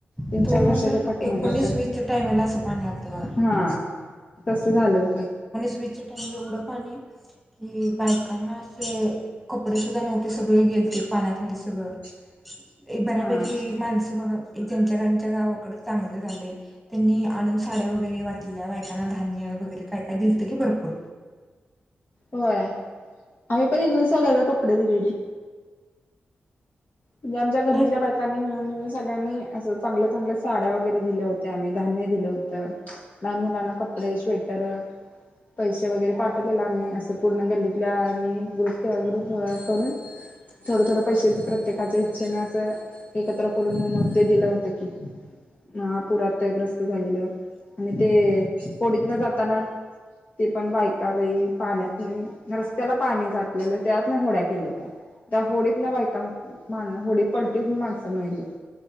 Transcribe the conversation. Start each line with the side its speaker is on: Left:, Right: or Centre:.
Left: तीन
Centre: दोन
Left: चार वर्षाच्या
Centre: हजार
Left: पाठी
Centre: एकोणीस
Left: मग अस.
Centre: वीसच्या टाइमला असं पाणी आलतं बघा
Left: हा. तस झालं होतं.
Centre: स्विच टाईम एवढ पाणी कि बायकांना असे, कपडे सुद्धा नव्हते सगळे गेलते पाण्याखाली सगळं
Left: <inaudible>
Centre: एक बऱ्यापैकी
Left: हा
Centre: माणसं बघा. त्यांची च्या गावाकड चांगलं झालंय, त्यांनी आणून साड्या वगैरे वाटल्या. बायकांना धान्य वगैरे काही काय दिलत की भरपूर
Left: होय. आम्ही पण तथून सगळ्याला कपडे दिलेली. ते आमच्या गल्लीतल्या
Centre: काय
Left: बायकांनी मिळून सगळ्यांनी असं चांगल्या, चांगल्या साड्या वगैरे दिल्या होत्या. आणिह धान्य दिलं होतं. लहान मुलांना कपडे, श्वेटर पैसे वगैरे पाठवलेला आम्ही, असं पूर्ण गल्लीतल्या आणि ग्रुप ग्रुप करून थोड थोडं पैसे प्रत्येक इच्छे न असं एकत्र करून मग, ते दिलं होतं की. महापुरात ग्रस्त झालेलं. आणि ते होडीत न जाताना ते पण बायका बाई पाण्यात रस्त्याला पाणी साठलेलं, त्यात ना होड्या केल्यात त्या होडीत ना बायका मा होडी पलटी होउन माणसं मेल्यात.